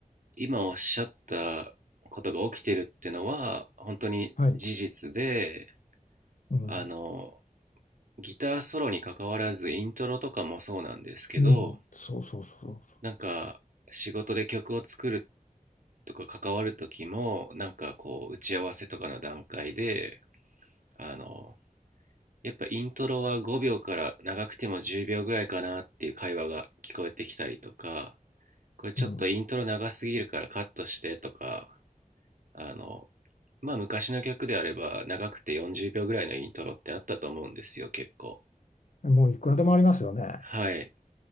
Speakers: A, on the right; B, on the left.
A: 今おっしゃったことが起きてるってのは、本当に事実で、
B: はい、うん、
A: あの、ギターソロに関わらずイントロとかもそうなんですけど
B: うん、そうそうそうそ
A: なんか仕事で曲を作るとか関わる時もなんかこう打ち合わせとかの段階であのやっぱイントロは5秒から長くても10秒ぐらいかなっていう会話が聞こえてきたりとかこれちょっとイントロ長すぎるからカットしてとか
B: う、う
A: あのまあ昔の曲であれば長くて40秒ぐらいのイントロってあったと思うんですよ結構
B: ん、もういくらでもありますよね。
A: はい